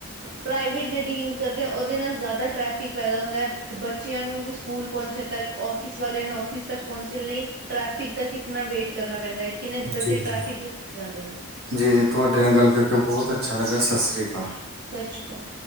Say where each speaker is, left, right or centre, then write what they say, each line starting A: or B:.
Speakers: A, on the right; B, on the right.
A: ਪ੍ਰਾਈਵੇਟ ਗੱਡੀ ਯੂਜ ਕਰਦੇ, ਉਹਦੇ ਨਾਲ ਜ਼ਿਆਦਾ ਟ੍ਰੈਫਿਕ ਪੈਦਾ ਹੁੰਦਾ ਹੈ, ਬੱਚ ਬੱਚਿਆਂ ਨੂੰ ਵੀ ਸਕੂਲ ਪਹੁੰਚਣ ਤੱਕ, ਆਫ਼ਿਸ ਵਾਲਿਆਂ ਨੂੰ ਆਫਿਸ ਤੱਕ ਪਹੁੰਚਣ ਲਈ ਟ੍ਰੈਫਿਕ ਦਾ ਕਿਤਨਾ ਵੇਟ ਕਰਨਾ ਪੈਂਦਾ ਏ, ਕਿੰਨੇ ਬੱਚੇ
B: ਜੀ
A: ਟ੍ਰੈਫਿਕ
B: ਜੀ
A: ਵਿੱਚ ਸ ਜਾਂਦੇ ਨੇ।
B: ਜੀ, ਜੀ ਤੁਹਾਡੇ ਨਾਲ ਗੱਲ ਕਰਕੇ ਬਹੁਤ ਅੱਛਾ ਲੱਗਾ। ਸਤਿ ਸ਼੍ਰੀ ਅਕਾਲ।
A: ਸਤਿ ਸ਼੍ਰੀ ਅਕਾਲ।